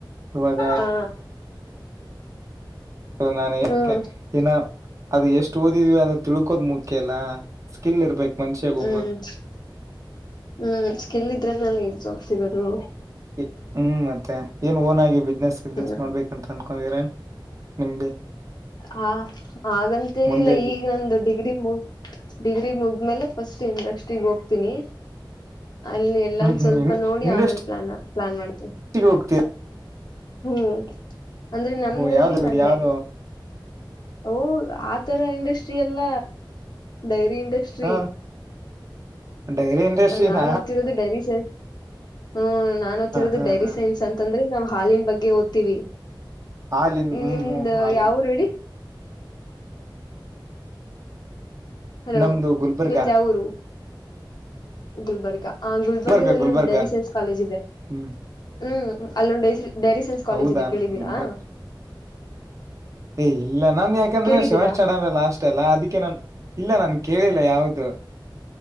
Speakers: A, on the right; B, on the left.
A: ಇವಾಗ
B: ಹಾ
A: ನಾನ ಏಕ್ಕೆ
B: ಹ್ಮ್
A: ಏನ ಅದು ಎಷ್ಟು ಓದಿದೀವಿ ಅದನ್ನ ತಿಳ್ಕೋದ ಮುಖ್ಯ ಅಲ್ಲ. ಸ್ಕಿಲ್ ಇರಬೇಕ್ ಮನುಷ್ಯಾಗೊಮ್ಮೆ
B: ಹ್ಮ್ ಹ್ಮ್ ಸ್ಕಿಲ್ ಇದ್ರನಲ್ಲ ಈಗ್ ಜಾಬ್ ಸಿಗದು
A: ಏ- ಹ್ಮ್ ಮತ್ತೆ ಏನ್ ಓನ್ ಆಗಿ ಬಿಸ್ನೆಸ್ ಗಿಸ್ನೆಸ್
B: ಹ್ಮ
A: ಮಾಡ್ಬೇಕಂತ ಅನ್ಕೊಂಡಿದಿರಾ ನಿಮ್ಗೆ
B: ಹಾ ಹಾಗಂತೇನಿಲ್ಲ
A: ಮುಂದೆ ಬಿ-
B: ಈಗ ನಂದು ಡಿಗ್ರಿ ಮುಗ ಡಿಗ್ರಿ ಮುಗ ಆಮೇಲೆ ಫಸ್ಟ್ ಇಡಸ್ಟ್ರಿ ಈಗ ಹೋಗ್ತೀನಿ ಅಲ್ಲಿ ಎಲ್ಲನು
A: ಹ್ಮ್ ಹ್ಮ್
B: ಸ್ವಲ್ಪ ನೋಡಿ
A: ಇಂಡಸ್ಟ್ರಿಗೆ
B: ಆಮೇಲ್ ಪ್ಲಾನ್ ಪ್ಲಾನ್ ಮಾಡ್ತೇವಿ
A: ಹೋಗ್ತೀರ
B: ಹ್ಮ್ ಅಂದ್ರೆ
A: ಓಹೋ
B: ನಮ್ದಲ್ಲಿ
A: ಯಾವ್ದ
B: ನಂಡೆ
A: ಯಾವ್ದು
B: ಓ ಆತರ ಇಂಡಸ್ಟ್ರಿ ಎಲ್ಲ ಡೈರಿ ಇಂಡಸ್ಟ್ರಿ
A: ಹ ಡೈರಿ ಇಂಡಸ್ಟ್ರಿಿನ
B: ನಾನ್ ಓದ್ತಿರೋದು ಡೈರಿ ಸೈನ್ಸ್ ಹ್ಮ್ ನಾನ್ ಓದ್ತಿರೋದು
A: ಹಾ
B: ಡೈರಿ
A: ಹಾ
B: ಸೈನ್ಸ್ ಅಂತಂದ್ರೆ ನಾವ್ ಹಾಲಿನ ಬಗ್ಗೆ ಓದ್ತಿವಿ.
A: ಹಾಲಿನ್ ಹ್ಮ್
B: ನಿಮ್ದ
A: ಹ್ಮ್ ಹಾಲಿನ್
B: ಯಾವರು ಹೇಳಿ ಹಲೋ
A: ನಮ್ದು ಗುಲ್ಬರ್ಗಾ
B: ನಿಮ್ದ ಯಾವಊರು ಗುಲ್ಬರ್ಗ ಆ ಗುಲ್ಬರ್ಗದಲ್ಲಿ
A: ಗುಲ್ಬರ್ಗ ಗುಲ್ಬರ್ಗ
B: ಒಂದು ಡೈರಿ ಸೈನ್ಸ್ ಕಾಲೇಜ್ ಇದೆ
A: ಹ್ಮ್
B: ಹ್ಮ್ ಅಲ್ಲೊಂದು ಡೈ ಡೈರಿ ಸೈನ್ಸ್ ಕಾಲೇಜ್
A: ಹೌದಾ
B: ಇದೆ ಕೇಳಿದೀರಾ.
A: ಬಟ್ ಏ ಇಲ್ಲ ನಾನ್ ಯಾಕಂದ್ರೆ
B: ಕೇಳಿದೀರಾ
A: ಸೆವೆನ್ ಸ್ಟ್ಯಾಂಡರ್ಡ್ ಲಾಸ್ಟ ಎಲ್ಲಾ ಅದಕ್ಕೆ ನಾನ್ ಇಲ್ಲ ನನ್ ಕೇಳಿಲ್ಲ ಯಾವ್ದು